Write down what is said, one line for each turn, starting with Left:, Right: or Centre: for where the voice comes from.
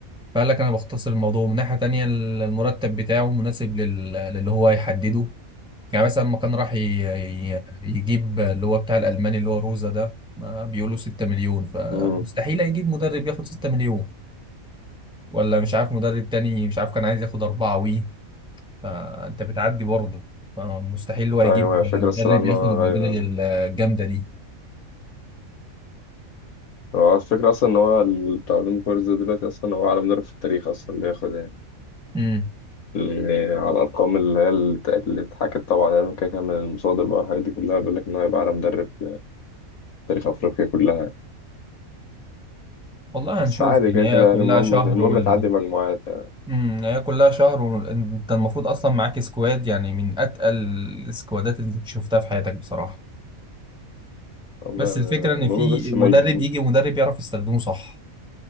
Centre: فقال لك انا بختصر الموضوع من ناحيه تانية ال- المرتب بتاعه مناسب لل- للي هو هيحدده يعني مثلا لما كان راح ي- ي- يجيب اللي هو بتاع الالماني اللي هو روزا ده ما بيقولوا 6 مليون فمستحيل
Left: امم
Centre: هيجيب مدرب ياخد 6 مليون ولا مش عارف مدرب تاني مش عارف كان عايز ياخد أربعة وي فأنت بتعدي برضه مستحيل هو يجيب
Left: أيوه الفكرة
Centre: مدرب
Left: الصراحة إن
Centre: ياخد
Left: هو
Centre: المبالغ
Left: أيوه
Centre: الجامدة دي
Left: هو الفكرة أصلا إن هو ال- بتاع أورلاندو بايرتس ده دلوقتي أصلا هو أعلى مدرب في التاريخ أصلا بياخد يعني
Centre: امم
Left: يعني على الأرقام اللي هي اللي ات- اللي اتحكت طبعا يعني كده كده من المصادر بقى الحاجات دي كلها بيقول لك إن هو هيبقى أعلى مدرب في تاريخ أفريقيا كلها
Centre: والله
Left: بس
Centre: هنشوف
Left: عادي
Centre: يعني
Left: كده كده
Centre: هي كلها
Left: يعني المهم
Centre: شهر
Left: المهم
Centre: والب
Left: تعدي مجموعات يعني
Centre: امم هي كلها شهر وانت المفروض اصلا معاك سكواد يعني من اتقل السكوادات اللي شفتها في حياتك بصراحة
Left: والله
Centre: بس الفكرة ان
Left: المهم
Centre: في
Left: بس
Centre: مدرب
Left: ما يجي
Centre: يجي مدرب يعرف يستخدمه صح